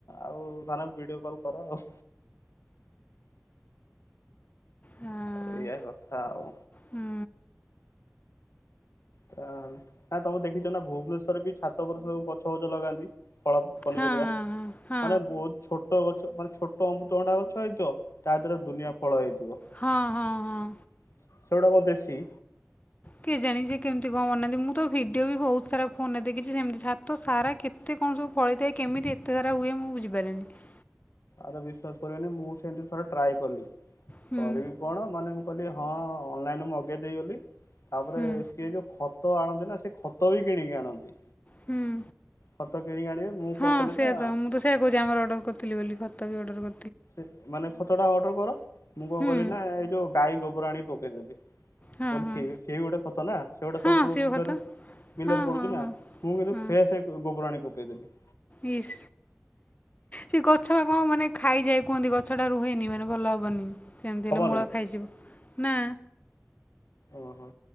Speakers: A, on the left; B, on the left.
A: ଆଉ ଧନ ଭିଡିଓ କଲ୍ କର ଆଉ
B: ହଁ
A: ଆଉ ଏଇଆ କଥା ଆଉ
B: ହୁଁ
A: ତା ନାଇଁ ତମେ ଦେଖିଛ ନା ଭୁବନେଶ୍ୱରରେ ବି ଛାତ ଉପୁରରେ ସବୁ ଗଛ ଫଛ ଲଗାନ୍ତି? ଫଳ ପନିପରିବା
B: ହଁ ହଁ ହଁ ହଁ
A: ମାନେ ବହୁତ ଛୋଟ ଗଛ ମାନେ ଛୋଟ ଅମୃତ ଅଣ୍ଡା ଗଛ ଏଇତ ତା ଦେହରେ ଦୁନିଆ ଫଳ ହେଇଥିବ
B: ହଁ ହଁ ହଁ
A: <inaudible>
B: ହଁ
A: ସେଗୁଡାକ ଦେଶି
B: କେ ଜାଣି ସେ କେମିତି କ ବନାନ୍ତି ମୁଁ ତ ଭିଡିଓ ବି ବହୁତ ସାରା ଫୋନରେ ଦେଖିଛି ସେମତି ଛାତ ସାରା କେତେ କଣ ସବୁ ଫଳି ଥାଏ କେମିତି ଏତେ ସାରା ହୁଏ ମୁଁ ବୁଝିପାରନି।
A: ଆରେ ବିଶ୍ଵାସ କରିବନି ମୁଁ ସେମିତି ଥରେ ଟ୍ରାଏ କଲି
B: ହୁଁ
A: କରିବି କଣ ମାନେ ମୁଁ କହ ହଁ ଅନଲାଇନ ମଗେଇ ଦେଇଗଲି ତାପରେ
B: ହୁଁ
A: ସିଏ ଯୋଉ ଖ ତ ଆଣନ୍ତି ନା ସେ ଖତ ବି କିଣିକି ଆଣନ୍ତି।
B: ହୁଁ
A: ଖତ କିଣିକି ଆଣିବେ ମୁଁ
B: ହଁ
A: କଣ କଲି
B: ସେଆ
A: ନା
B: ତ ମୁଁ ତ ସେଆ କହୁଚି ଆମାର ଅର୍ଡର କରିଥିଲି ବୋଲି ଖ ତ ଵି ଅର୍ଡର
A: ସେ ମାନେ ଖତ ଟା ଅର୍ଡର କର ମୁଁ କଣ
B: ହୁଁ
A: କଲିି ନା ଏଇ ଯୋଉ ଗାଈ ଗୋବର ଆଣିିକି ପକେଇଦେଲି।
B: ହଁ
A: ବୋଲେ
B: ହଁ
A: ସିଏ ସିଏ ବି ଗୋଟେ ଖତ ନା ସେ ଗୁଡ଼ା
B: ହଁ
A: ସବୁ
B: ଆସିବ
A: ବିଲରେ।
B: ଖତ
A: ବିଲରେ
B: ହଁ
A: ପଡୁଛି
B: ହଁ
A: ନା
B: ହଁ
A: ମୁଁ କିନ୍ତୁ
B: ହଁ
A: ଫ୍ରେଶ ଗୋବର ଆଣି କି ପକେଇ ଦେଲିି।
B: ଇସ୍। ସେ ଗଛ ବା କଣ ମାନେ ଖାଇଯାଏ କୁହନ୍ତି ଗଛ ଟା ରୁହେନି ମାନେ ଭଲ ହବନି। ସେମିତି
A: ହବ
B: ହେଲେ ମୂଳ
A: ନାଇଁ?
B: ଖାଇଯିବ ନା।
A: ଓହୋ।